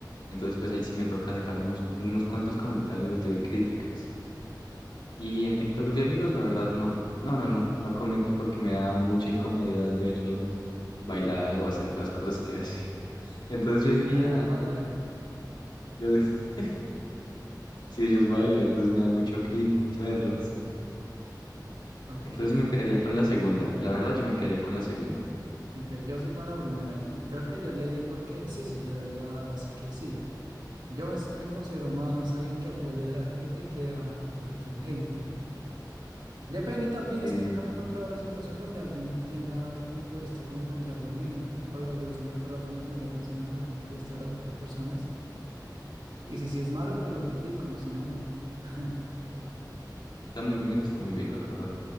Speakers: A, on the left; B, on the right.
A: Entonces, pues ahí sí me toca dejar unos, unos cuantos comentarios de críticas. Y en TikToks de amigos, la verdad, no. No, no, no, no comento porque me da mucha incomodidad verlos bailar o hacer las cosas que <laughs> hacen. Entonces yo diría,
B: Ah, Ellos bailan.
A: yo di- <laughs> si ellos bailan, entonces me da mucho cringe verlos.
B: Ok,
A: Entonces me quedaría con la segunda. La verdad, yo me quedaría con la segunda.
B: ok, yo soy con la primera y creo que ya le di porque sí, sí, ya le había dado, así que sí. Yo me, me considero más alguien que apoya a la gente que, a, que, que un hater. Depende también,
A: ok,
B: es que
A: ok.
B: nunca me he encontrado la situación donde alguien tenga el punto de vista como contrario al mío. O, o yo siempre trato de entender más o menos el punto de vista de las otras personas. Y si, si es malo, pues lo critico, si no, no. <laughs>
A: Está muy bien, está muy bien, la verdad.